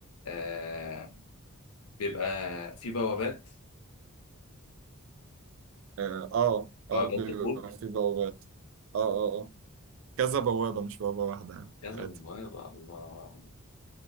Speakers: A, on the left; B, on the right.
A: آه بيبقى فيه بوابات
B: آه آه
A: بوابات
B: آه، بيبقى
A: دخول
B: في بوابات آه آه آه كذا بوابة مش بوابة واحدة يعني
A: كذا
B: عادي
A: بوابة الله